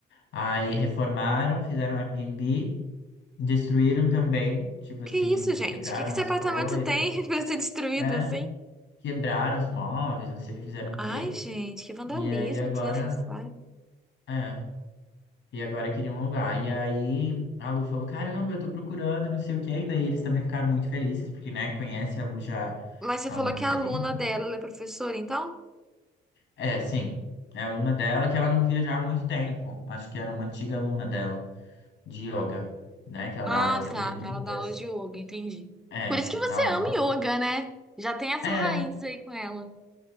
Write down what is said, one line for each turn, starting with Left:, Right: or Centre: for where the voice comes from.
Left: Aí reformaram, fizeram Airbnb, destruíram também, tipo assim,
Centre: Que isso, gente?
Left: quebraram
Centre: Que que esse
Left: as
Centre: apartamento
Left: coisas,
Centre: tem <laughs> pra ser destruído
Left: é,
Centre: assim?
Left: quebraram os móveis, não sei, fizeram o quê.
Centre: Ai, gente, que vandalismo
Left: E aí agora,
Centre: desnecessário.
Left: é, e agora queriam um lugar. E aí a Lu falou, caramba, eu tô procurando, não sei o quê. E daí eles também ficaram muito felizes, porque, né, conhece a Lu já
Centre: Mas você
Left: há
Centre: falou
Left: muito
Centre: que
Left: tempo.
Centre: a aluna dela, ela é professora, então?
Left: É, sim, é aluna dela que ela não via já há muito tempo. Acho que era uma antiga aluna dela, de yoga, né, que ela
Centre: Ah,
Left: dá aulas nas academias.
Centre: tá. Ela dá aula de yoga, entendi.
Left: É,
Centre: Por isso que você
Left: da música.
Centre: ama yoga, né? Já tem essa
Left: É,
Centre: raiz aí com ela.